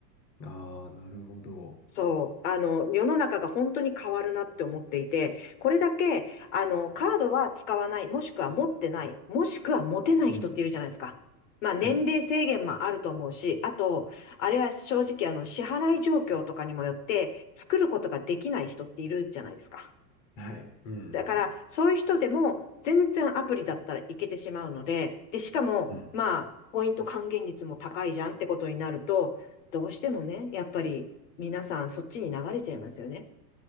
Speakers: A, on the left (about 25°); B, on the left (about 50°).
A: ああ、なるほど。
B: そう、あの、世の中が本当に変わるなって思っていて、これだけ、あの、カードは使わない、もしくは持ってない、もしくは持てない人っているじゃないですか。
A: うん。
B: まあ、
A: はい。
B: 年齢制限もあると思うし、あと、あれは正直、あの、支払い状況とかにもよって、作ることができない人っているじゃないですか。
A: はい。うん。う
B: だから、
A: ん。
B: そういう人でも、全然アプリだったらいけてしまうので、で、しかも、
A: うん
B: まあ、ポイント還元率も高いじゃんってことになると、どうしてもね、やっぱり皆さんそっちに流れちゃいますよね。